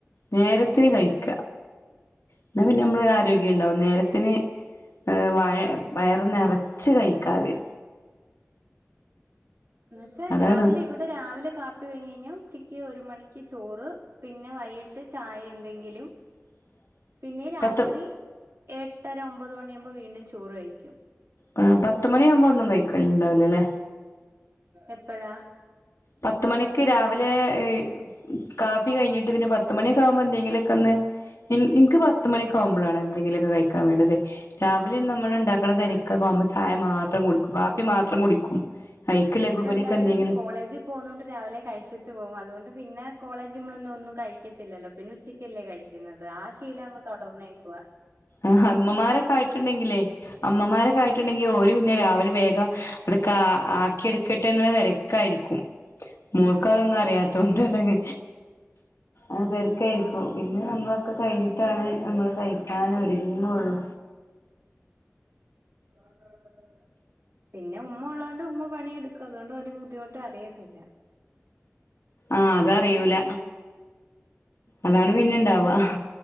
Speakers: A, on the left (about 75°); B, on the right (about 65°).
A: നേരത്തിന് കഴിക്ക. ഇന്നാ പിന്നെ അമ്മള് ആരോഗ്യം ഇണ്ടാവും നേരത്തിന് ഏഹ് വാഴ വയറ്നെർ ച്ച് കഴിക്കാതെ
B: ന്ന് വെച്ചാൽ
A: അതാണ്
B: രാവിലെ ഇവിടെ രാവിലെ കാപ്പി കഴിഞ്ഞയ്ഞ്ഞാ ഉച്ചെക്ക് ഒരു മണിക്ക് ചോറ് പിന്നെ വൈകിട്ട് ചായഎന്തെങ്കിലും
A: <inaudible>
B: പിന്നെ രാത്രി
A: പത്ത്
B: എട്ടെര ഒമ്പത് മണിയാകുമ്പോൾ വീണ്ടും ചോറ് കഴിക്കും.
A: പാ പത്ത് മണിയാകുമ്പോ ഒന്നും കഴിക്കല് ഇണ്ടാവൂലലെ?
B: എപ്പഴാ?
A: പത്തു മണിക്ക് രാവിലെ ഹ് കാപ്പി കഴിഞ്ഞിട്ട് പിന്നെ പത്തുമണിയാകുമ്പോക്കെ എന്തെങ്കിലൊക്കൊന്ന് ഇൻ ഇൻക്ക് പത്തുമണിയൊക്കൊ ആവുമ്പളാണ് എന്തെങ്കിലുമൊക്കെ കഴിക്കാൻ വേണ്ടത് രാവിലെ ന്നമ്മള് ഇണ്ടാ ഓളെ പെരീക്കൊവുമ്പോ ചായ മാത്രം കുടിക്കും കാപ്പി മാത്രം കുടിക്കും. അയിക്ക് ലഘുകടിയൊക്കെ
B: ഇവടെല്ലാരും
A: എന്തെങ്കിലും
B: കോളേജ് പോകുന്നോണ്ട് രാവിലെ കഴ്‌ച്ചിട്ട് പോകും അതുകൊണ്ട് പിന്നെ കോളേജ് നമ്മളൊന്നുംന്നും കഴിക്കത്തില്ലോ പിന്നെ ഉച്ചയ്ക്കല്ലേ കഴി ക്കുന്നത് ആ ശീല അങ്ങ് തൊടെർന്നേക്കുവ.
A: ആഹ് മ്മമാരൊക്കെ ആയിട്ടുണ്ടെങ്കിലെ അമ്മമാരെക്കായിട്ടുണ്ടെങ്കി ഓര് പിന്നെ രാവിലെ വേഗം ഇതൊക്കെ ആക്കിയെടുക്കട്ടെ എന്നുള്ള തര ക്കായിരിക്കും. മോൾക്കതൊന്നും
B: ആ
A: അറിയാത്തോണ്ടാണ് അത് തെര്ക്കായിരിക്കും. പിന്നെ ന്നമ്മളൊക്കെ കയ്ഞ്ഞിട്ടാണ് ന്നമ്മള് കഴിക്കാൻ ഒരുങ്ങൊള്ളൂ.
B: <inaudible> പിന്നെ ഉമ്മഉള്ളോണ്ട് ഉമ്മ പണിയെടുക്കും അതുകൊണ്ട് ഒര് ബുദ്ധിമുട്ട് അറിയത്തില്ല.
A: ആഹ് അതറിയൂല അതാണ് പിന്നെണ്ടവാ.
B: ഇനി